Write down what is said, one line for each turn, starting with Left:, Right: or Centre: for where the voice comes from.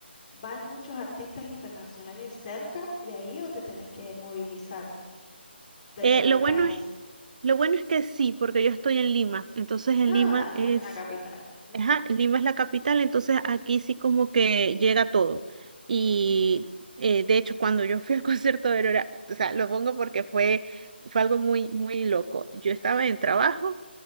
Left: van muchos artistas internacionales cerca de ahí o te tenés que movilizar dentro
Right: Eh, lo
Left: del
Right: bueno
Left: país?
Right: es, lo bueno es que sí, porque yo estoy en Lima, entonces en
Left: Ah,
Right: Lima
Left: estás
Right: es
Left: en la capital. Ujú,
Right: Ajá, Lima es la capital, entonces aquí sí como que llega todo. Y
Left: ujú.
Right: eh, de hecho, cuando yo fui al <laughs> concierto de Aurora, o sea, lo pongo porque fue, fue algo muy, muy loco. Yo estaba en trabajo,